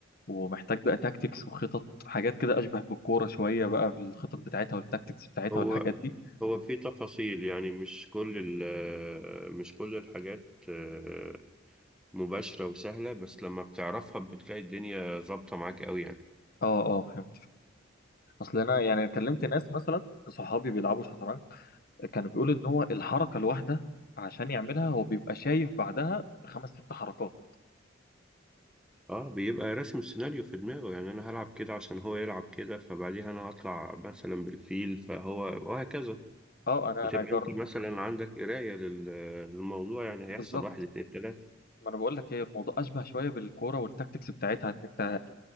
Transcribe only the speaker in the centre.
هو
هو في تفاصيل يعني مش كل ال مش كل الحاجات آه، مباشرة وسهلة بس لما بتعرفها بتلاقي الدنيا ظابطة معاك قوي يعني
اه بيبقى راسم سيناريو في دماغه يعني انا هلعب كده عشان هو يلعب كده فبعديها انا هطلع مثلا بالفيل فهو وهكذا
بتبقى
انت مثلا عندك قراية لل- للموضوع يعني هيحصل
واحد اتنين تلاتة